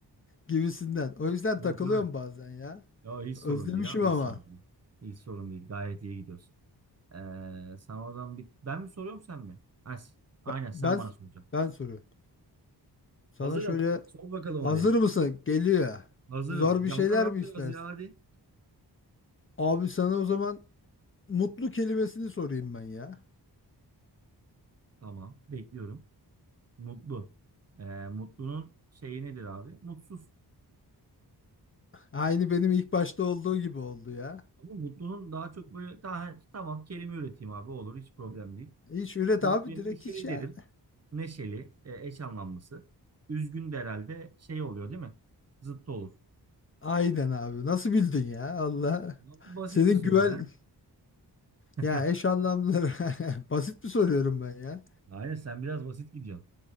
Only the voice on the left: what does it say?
gibisinden. O yüzden takılıyorum
bazen ya.
Özlemişim
ama.
Ben
ben,
ben soruyorum. Sana
şöyle
hazır
mısın? Geliyor.
Zor
bir şeyler
mi
istersin?
Abi sana o zaman mutlu kelimesini sorayım ben ya.
Aynı benim ilk başta olduğu gibi oldu ya.
Hiç üret
abi direkt
hiç ya.
Aynen abi. Nasıl bildin ya? Allah.
Senin
güven
ya eş anlamları <laughs> basit mi soruyorum ben ya?